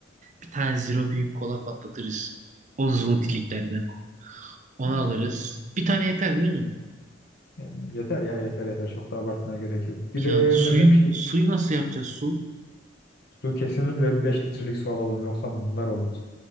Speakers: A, on the right (about 40°); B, on the left (about 60°).
A: Bir tane Zero büyük kola patlatırız. 10 zlotiliklerden.
B: Aynen.
A: Onu
B: Aynen.
A: alırız. Bir tane yeter değil mi?
B: Yani yeter ya yeter yeter. Çok da abartmaya gerek yok. Bir
A: Ya
B: de
A: suyun
B: ne demiştik?
A: suyu nasıl yapacağız su?
B: Su kesinlikle 5 litrelik su alalım. Yoksa bunlar olur.